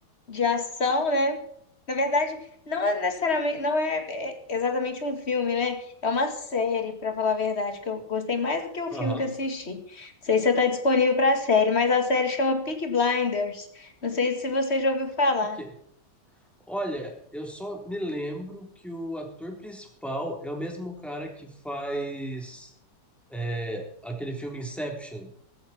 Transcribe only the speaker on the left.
de ação, né? Na verdade, não é necessariamente, não é é exatamente um filme, né? É uma série, pra falar a verdade, que eu gostei mais do que o
filme que eu assisti. Não sei se está disponível pra série, mas a série chama Peaky Blinders. Não sei se você já ouviu falar.